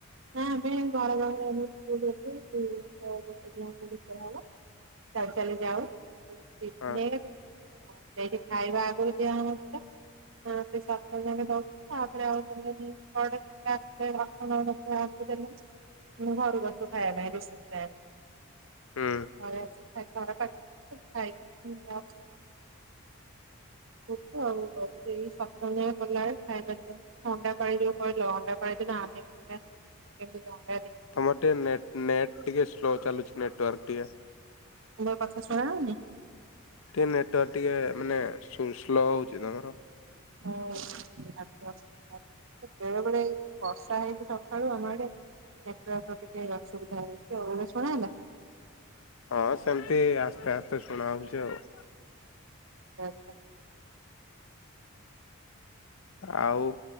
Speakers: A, on the right; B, on the left.
A: ନା ଆମେ ଘର ପାଖରେ ଆମ ସ୍କୁଲ ଅଛି ଗୋଟେ କିଲୋମିଟର ଭିତରେ ହବ। ଚାଲି ଚାଲି ଯାଉ ବିକନି
B: ହଁ
A: କିଛି। ହଁ ସେଇଠି ଖାଇବା ଆଗରୁ ଦିଆ ହଉନଥିଲା। ହଁ ସେ ସପ୍ତମ ଯାକେଁ ଦଉଥିଲେ ତାପରେ ଆଉ ଦେଲେନି ପଡେ କି ଟାକ୍ସ। <unintelligible> ଦେଲେନି ମୁଁ ଘରକୁ ଆସୁ ଖାଇବା ପାଇଁ ରିସେସ ଟାଇମ।
B: ହୁଁ
A: ଘରେ ଆସି ଖାଇକି <unintelligible> ଖାଇକି ପୁଣି ଯାଉ।
B: କୌଣସି ଶବ୍ଦ ଶୁଭୁ ନାହିଁ,
A: ଟୁଟୁ ଆଉ ସେଇ ସପ୍ତମ ଯାଏଁ ପଢ଼ିଲା ବେଳେ ଖାଇବା ଦିଆ ଅଣ୍ଡା ପାଣି ଯଉ କହିଲ ଅଣ୍ଡା। କଣ ହେଇଚି ନା ଆମେ ସେଟା କେମିତି ଅ
B: ତମର ଟିକେ ନେଟ ନେଟ ଟିକେ ସ୍ଲୋ ଚାଲୁଛି ନେଟୱାର୍କ ଟିକେ।
A: ମୋ କଥା ଶୁଣାହଉନି।
B: ଟିକେ ନେଟୱାର୍କ ଟିକେ ମାନେ ସ ସ୍ଲୋ ହଉଛି ତମର।
A: ହଁ। <inaudible> ବେଳେ ବେଳେ ଏଇ ବର୍ଷା ହେଇଛିି ସକାଳୁ ଆମ ଆଡେ। ନେଟୱାର୍କ ଟିକେ ଅସୁବିଧା ହଉଛି ଆଉ ଏବେ ଶୁଣା ହେଲା?
B: ହଁ ସେମିତି ଆସ୍ତେ ଆସ୍ତେ ଶୁଣା ହଉଛି ଆଉ।
A: ଆଚ୍ଛା।
B: ଆଉ